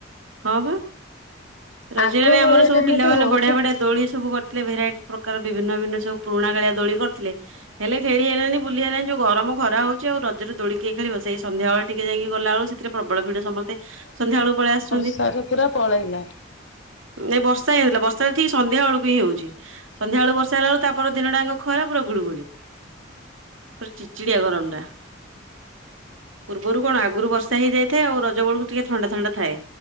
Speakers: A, on the right (about 85°); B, on the left (about 70°).
A: ହଁ ବା। ରଜରେ
B: ଆଗ ଭଳିଆ
A: ଆମର ସବୁ
B: ଯେମିତି
A: ପିଲା ମାନେ
B: ହଉଥିଲା
A: ବଢିଆ ବଢିଆ ଦୋଳି ସବୁ କରିଥିଲେ ଭେରାଇଟି ପ୍ରକାର ବିଭିନ୍ନ ବିଭିନ୍ନ ସବୁ। ପୁରୁଣା କାଳିଆ ଦୋଳି କରିଥିଲେ ହେଲେ ଖେଳି ହେଲେଣିି ବୁଲି ହେଲାନି ଯଉ। ଗରମ ଖରା ହଉଛି ଆଉ ରଜରେଦୋଳି କିଏ ଖେଳିବ ସେଇ ସନ୍ଧ୍ୟା ବେଳେ ଟିକେ ଯାଇକି ଗଲା ବେଳ ସେଥିରେ ପ୍ରବଳ ଭିଡ। ସମସ୍ତେ ସନ୍ଧ୍ୟାବେଳକୁ ପଳେଇ ଆସୁ।
B: ସାସ ଶଶୁର ପଳେଇଲେ।
A: ଏ ବର୍ଷା ହେଇଥିଲା ବର୍ଷା ଟା ଠିକ୍ ସନ୍ଧ୍ୟା ବେଳକୁ ହିଁ ହଉଛି। ସନ୍ଧ୍ୟା ବେଳୁ ବର୍ଷା ହେଲା ବେଳୁ ତାପରେ ଦିନଟା ଯାକ ଖରା ପୁରା ଗୁଳୁଗୁଳି ପ୍ରଚି। ଚିଡିଆ ଗରମ ଟା ପୂର୍ବରୁ କଣ ଆଗରୁ ବର୍ଷା ସେ ହେଇଯାଇଥାଏ ଆଉ ରଜ ବେଳକୁ ଟିକେ ଥଣ୍ଡା ଥଣ୍ଡ ଥାଏ।